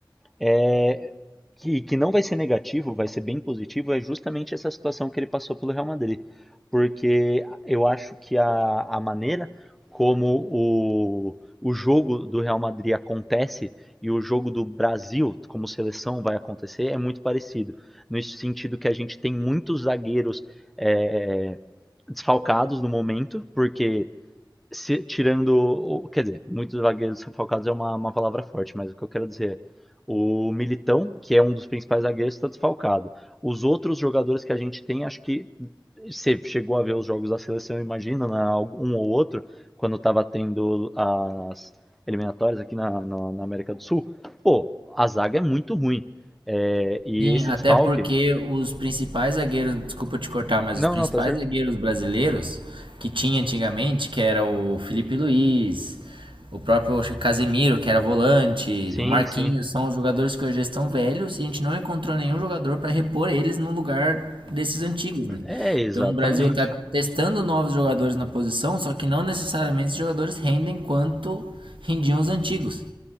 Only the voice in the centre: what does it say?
é, que, que não vai ser negativo, vai ser bem positivo, é justamente essa situação que ele passou pelo Real Madrid. Porque eu acho que a, a maneira como o, o jogo do Real Madrid acontece e o jogo do Brasil como seleção vai acontecer é muito parecido. No sentido que a gente tem muitos zagueiros é, desfalcados no momento, porque se- tirando, o- quer dizer, muitos zagueiros desfalcados é uma, uma palavra forte, mas o que eu quero dizer é, o Militão, que é um dos principais zagueiros, está desfalcado. Os outros jogadores que a gente tem, acho que você chegou a ver os jogos da seleção, imagina, na- um ou outro, quando estava tendo as eliminatórias aqui na, na- na América do Sul, pô, a zaga é muito ruim. É, e
esse
desfalque.
Não,
não, tá certo.
Sim,
sim.
É, exatamente.